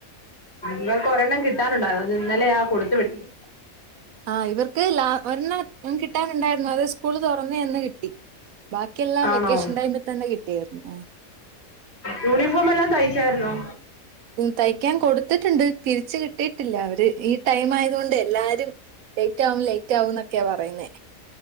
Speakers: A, on the left; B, on the right.
A: ഇവൾക്ക് ഒരെണ്ണം കിട്ടാനുണ്ടോ ഇന്നലെ ആ കൊടുത്തു വിട്ടത്
B: ആ ഇവർക്ക് ഒരെണ്ണം കിട്ടാനുണ്ടായിരുന്നു അത്- സ്കൂൾ തുറന്നേ എന്ന് കിട്ടി ബാക്കിയെല്ലാം
A: ആണോ
B: വെക്കേഷൻ ടൈമിൽ തന്നെ കിട്ടിയായിരുന്നു ആ
A: യൂണിഫോം എല്ലാം തയ്ച്ചാരുന്നോ
B: തയ്ക്കാൻ കൊടുത- ടുത്തിട്ടുണ്ട് തിരിച് കി - ഇട്ടിട്ടില്ല അവര് അത് ഈ ടൈം ആയത് കൊണ്ട് എല്ലാരും ലേറ്റ് ആവും ലേറ്റ് ആകും എന്നൊക്കെയാ പറയുന്നേ